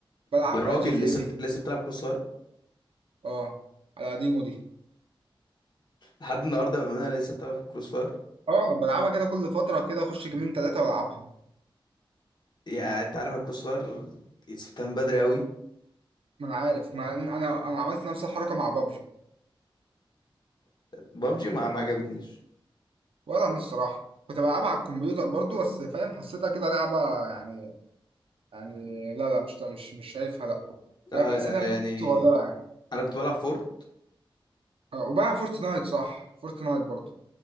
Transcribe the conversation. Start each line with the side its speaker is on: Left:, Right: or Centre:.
Right: بلعب
Left: يا راجل
Right: آه، جي تي
Left: لسه
Right: اي في
Left: بت... لسه بتلعب كروس فاير
Right: اه على قديمه دي
Left: لحد النهارده بامانه لسه بتلعب كروس فاير
Right: اه بلعبها كده كل فترة كده أخش جيمين تلاتة وألعبها
Left: يا انت عارف الكروس فاير سبتها من بدري قوي
Right: ما أنا عارف ما أنا أنا عملت نفس الحركة مع بابجي
Left: بابجي ما ما عجبتنيش
Right: ولا انا الصراحه كنت بلعبها على الكمبيوتر برضو بس فاهم حسيتها كده لعبه يعني يعني لا لا مش مش مش شايفها لا فاهم
Left: آه،
Right: حسيتها لعبة
Left: يعني
Right: صغيره يعني
Left: انا كنت بلعب فورت
Right: اه وبقى فورتنايت صح فورتنايت برضو